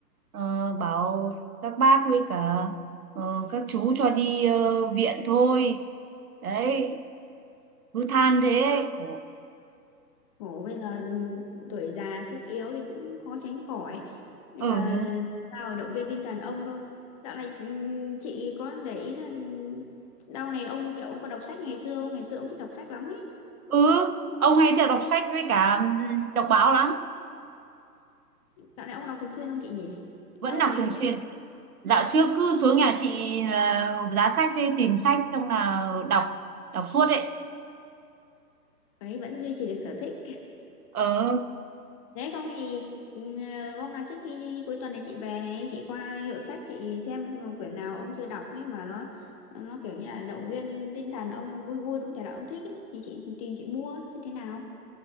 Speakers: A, on the right; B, on the left.
A: Ờ, bảo các bác với cả ờ, các chú cho đi ờ, viện thôi đấy cứ than thế Khổ.
B: khổ bây giờ ừ, tuổi già sức yếu thì cũng khó tránh khỏi bây
A: ừ
B: giờ sao để động viên tinh thần ông thôi dạo này ừm, chị có để ý là ừm, đau này ông liệu ông có đọc sách ngày xưa không ngày xưa ông thích đọc sách lắm ấy
A: ừ ông hay theo đọc sách với cả ừ, đọc báo lắm
B: dạo này ông có đọc thường xuyên không chị nhỉ
A: vẫn
B: đau
A: đọc
B: thế
A: thường
B: không
A: xuyên
B: biết
A: dạo trước cứ
B: Ừ,
A: xuống nhà chị là giá sách đi tìm sách xong là đọc đọc suốt ấy
B: đấy vẫn duy trì được sở thích
A: ờ
B: Đấy không thì ừ, hôm nào trước khi cuối tuần này chị về này chị qua hiệu sách chị xem quyển nào ông chưa đọc ấy mà nó nó kiểu như là động viên tinh thần ông vui vui đúng thể là ông thích ấy thì chị tìm chị mua xem thế nào